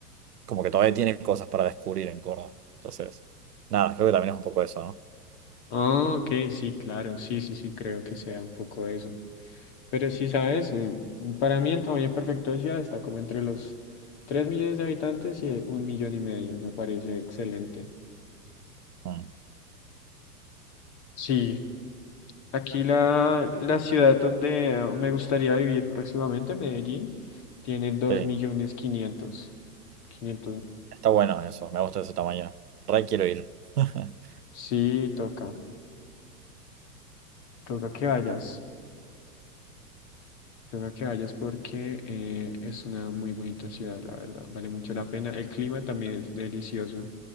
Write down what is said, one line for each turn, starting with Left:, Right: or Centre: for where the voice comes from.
Right: como que todavía tiene cosas para descubrir en Córdoba. Entonces, nada, creo que también es un poco eso, ¿no?
Left: Ah, ok, sí, claro, sí, sí, sí, creo que sea un poco eso. Pero sí, sabes, Eh, para mí el tamaño perfecto de ciudad está como entre los tres millones de habitantes y eh, un millón y medio, me parece excelente.
Right: Mm,
Left: Sí, Aquí la, la ciudad donde eh, me gustaría vivir próximamente, Medellín, tiene dos
Right: sí,
Left: millones quinientos mil
Right: está bueno eso, me gusta ese tamaño, re quiero ir. <laughs>
Left: Sí, toca, toca que vayas, toca que vayas porque eh, es una muy bonita ciudad, la verdad, vale mucho la pena. El clima también es delicioso